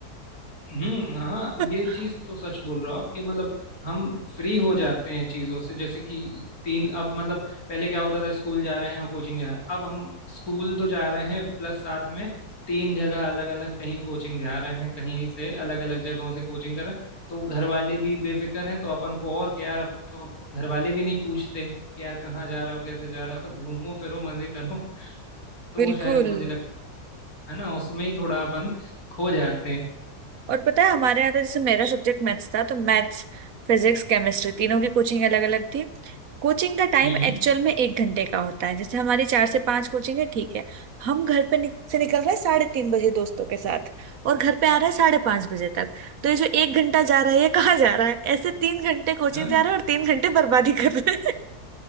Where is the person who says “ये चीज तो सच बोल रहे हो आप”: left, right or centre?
Left